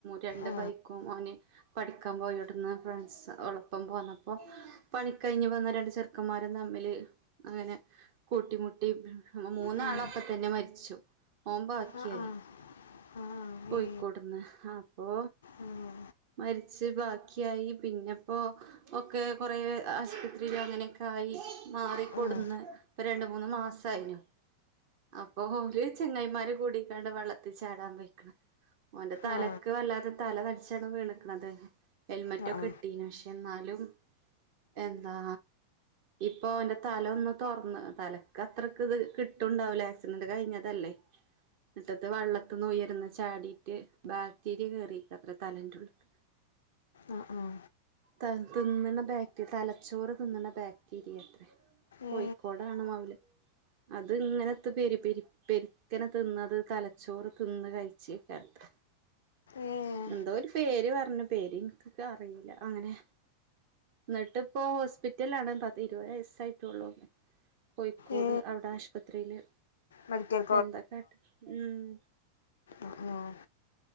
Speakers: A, on the right (about 45°); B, on the left (about 65°).
A: രണ്ട്
B: ആ
A: ബൈക്കും ഓന് പഠിക്കാൻ പോയിടന്ന് ഫ്രണ്ട്സ് ഒളപ്പം പോന്നപ്പോ പണി കയിഞ്ഞ് വന്ന രണ്ടു ചെർക്ക് ചെക്കന്മാരും തമ്മില് അങ്ങനെ കൂട്ടിമുട്ടി മൂന്നാളപ്പ
B: ഉം.
A: തന്നെ മരിച്ചു ഓൻ ബാക്കിയായി
B: ആ ആ ആ
A: കോയിക്കോടന്ന്
B: ഏ
A: അപ്പൊ
B: ഉം.
A: മരിച്ച് ബാക്കിയായി പിന്നെപ്പോ ഒക്കെ കുറെ ആസ്പത്രിയില് അങ്ങനെയൊക്കെ ആയി മാറിക്കൊടുന്ന്
B: ഉം.
A: ഇപ്പൊ രണ്ട് മൂന്ന് മാസായിന്നു അപ്പൊ ഓല് ചെങ്ങയിമാര് കൂടി കാണ്ട് വെള്ളത്തല് ചാടാൻ പോയിക്കണ് ഓന്റെ തലക്ക്
B: ആ ആ
A: വല്ലാത്ത തല തച്ചാണ് വീണക്കണന്നത് ഹെൽമറ്റൊക്കെ
B: ആ ആ
A: ഇട്ടീന് ക്ഷെ എന്നാലും എന്താ ഇപ്പൊ ഒന്റെ തല ഒന്ന് തൊറന്ന് തലക്ക് അത്രക്ക് ഇത് കിട്ടുണ്ടാവൂല ആക്സിഡന്റ് കയിഞ്ഞതല്ലേ ട്ടത്ത് വെള്ളത്തിന്ന് ഉയരന്ന് ചാടീറ്റ് ബാക്റ്റീരിയ കേറിട്ടത്ര തലൻ്റള്ള്ക്
B: ആഹ് ആഹ്
A: തിന്നണ ബാക്റ്റീരിയ തലച്ചോറ് തിന്നണ ബക്റ്റീരിയത്രേ
B: ഏ
A: കോയിക്കോടണ് മൗല അത് ഇങ്ങനത്ത പെരി പെരി പെരിക്കന തിന്നത് തലച്ചോറ് തിന്ന് കയിച്ചിക്കണത്ര
B: ഏഹ്
A: എന്തോരു പേര് പറഞ്ഞ് പേര് ഇനിക്കറിയില്ല അങ്ങനെ എന്നിട്ടപ്പോ ഹോസ് ഹോസ്പിറ്റലാണ് പത്തിരുവയസ്സായിട്ടുള്ളൂ കോയിക്കോട്
B: ഏ
A: അവിടെ ആശുപത്രിയില്
B: മെഡിക്കൽ
A: അന്താ കാട്ടാ ഉം
B: ആഹ് ആഹ്